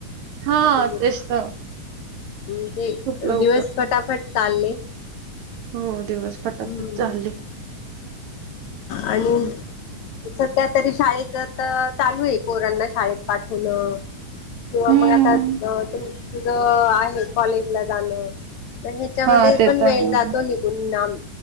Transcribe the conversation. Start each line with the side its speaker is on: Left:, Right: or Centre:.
Right: हा
Left: म्हणजे
Right: तेच तर.
Left: म्हणजे
Right: खूप लवकर.
Left: दिवस फटाफट चालले.
Right: हो दिवस
Left: हम्म
Right: फटाफट चालले.
Left: आणि सध्या तरी शाळेच तर चालू आहे पोरांना शाळेत पाठवणं. किंवा
Right: हं.
Left: मग आताु अ तू तुझ आहे कॉलेज ला जाणं. मग ह्याच्यामध्ये
Right: हां, ते
Left: पण
Right: तर
Left: मेळ
Right: आहे.
Left: जातो निघून नाम